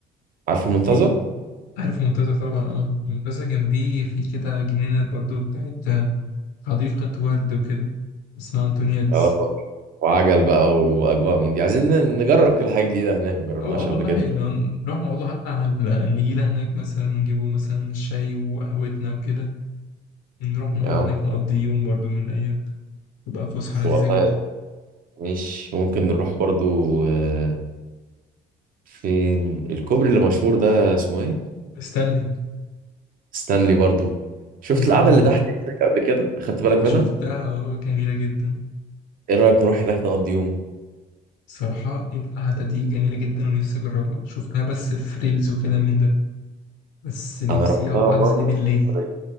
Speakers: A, on the right; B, on the left.
A: عارف المنتزه
B: في عارف منتزه طبعا اه منتزه جنبيه في كده جنينة برضو بتاعت حديقة ورد وكده اسمها أنتونيادس
A: اه وعجل بقى واجواء من دي عايزين نجرب كده حاجه جديده هناك ما جربناش
B: أو أو
A: قبل
B: والله
A: كده
B: لو نروح نقعدوا حتى على النجيلة هناك مثلا ونجيبوا مثلا الشاي وقهوتنا وكده نروح
A: يعني
B: نقعد هناك نقضي يوم برضو من الأيام تبقى فسحة
A: بس
B: لذيذة
A: والله
B: جدا
A: مش ممكن نروح برضو آه، فين الكوبري اللي مشهور ده اسمه ايه
B: استنلي
A: ستانلي برضو شفت
B: اه
A: القعده اللي تحت دي هناك قبل كده اخدت بالك
B: شفتها
A: منها
B: اه جميلة جدا
A: ايه رايك نروح هناك نقضي يوم
B: صراحة القعدة دي جميلة جدا ونفسي أجربها شفتها بس في ريلز وكلام من ده بس نفسي
A: انا رحتها
B: أقعد قعدة
A: مره
B: زي دي بالليل
A: كانت